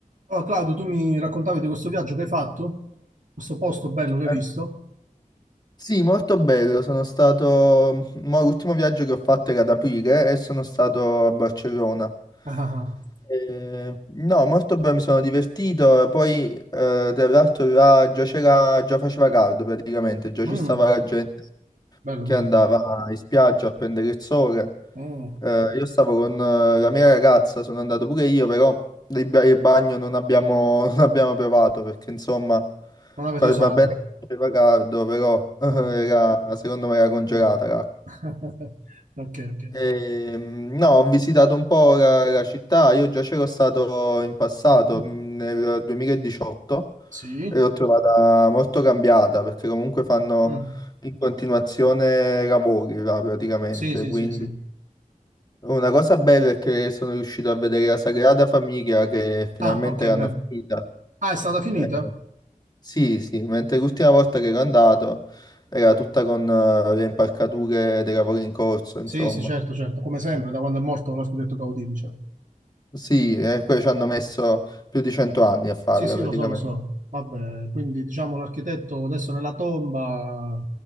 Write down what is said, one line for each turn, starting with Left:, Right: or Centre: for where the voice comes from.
Right: Allora, Claudio, tu mi raccontavi di questo viaggio che hai fatto, questo posto bello che hai
Left: Eh,
Right: visto.
Left: Sì, molto bello. Sono stato. mo l'ultimo viaggio che ho fatto era ad aprile e sono stato a Barcellona.
Right: Ah, ah,
Left: Eh, no, molto bene, mi sono divertito. Poi, eh, tra l'altro, là già c'era, già faceva caldo praticamente, già
Right: ah.
Left: ci
Right: Mm,
Left: stava la gente
Right: bello,
Left: che
Right: bello.
Left: andava in spiaggia a prendere il sole.
Right: Mm,
Left: Eh, io stavo con eh, la mia ragazza, sono andato pure io, però il, ba- il bagno non abbiamo, <laughs> non abbiamo provato perché insomma
Right: non avete
Left: fa-
Right: osato.
Left: va bene che faceva caldo, però <laughs>
Right: Ah,
Left: era, secondo me era congelata
Right: mm.
Left: l'acqua.
Right: <laughs> Ok, ok.
Left: Ehm, no, ho visitato un po' la, la città, io già c'ero stato in passato,
Right: Mm,
Left: mh, nel 2018,
Right: Sì.
Left: e l'ho trovata molto cambiata perché comunque fanno
Right: Mm,
Left: in continuazione lavori là, praticamente.
Right: Sì, sì,
Left: Quindi
Right: sì, sì.
Left: una cosa bella è che sono riuscito a vedere la Sagrada Famiglia che finalmente
Right: Ah, ok,
Left: l'hanno
Right: bene.
Left: finita.
Right: Ah, è stata finita?
Left: Eh, sì, sì, mentre l'ultima volta che ero andato era tutta con eh, le impalcature dei lavori in corso, insomma.
Right: Sì, sì, certo, certo. Come sempre, da quando è morto l'architetto Gaudì, diciamo.
Left: Sì, e poi ci hanno messo più di cento anni a farla
Right: Sì, sì,
Left: praticamente.
Right: lo so, lo so. Vabbè, quindi diciamo l'architetto adesso nella tomba,